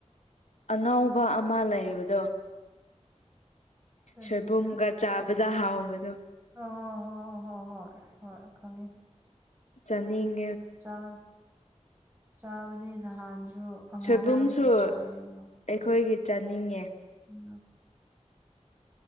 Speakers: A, on the left; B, on the right.
A: ꯑꯉꯧꯕ ꯑꯃ ꯂꯩꯕꯗꯣ
B: ꯀꯔꯤꯔ
A: ꯁꯣꯏꯕꯨꯝꯒ ꯆꯥꯕꯗ ꯍꯥꯎꯕꯗꯣ
B: ꯑꯣ ꯍꯣ ꯍꯣꯏ ꯍꯣꯏ ꯍꯣꯏ ꯈꯪꯉꯦ
A: ꯆꯥꯅꯤꯡ
B: ꯆꯥ ꯆꯥꯕꯅꯤ ꯅꯍꯥꯟꯁꯨ ꯉꯔꯥꯡꯁꯨ
A: ꯁꯣꯏꯕꯨꯝꯁꯨ
B: ꯆꯥꯏꯌꯦ
A: ꯑꯩꯈꯣꯏꯒꯤ
B: ꯑꯗꯣ
A: ꯆꯥꯅꯤꯡꯉꯦ
B: ꯎꯝ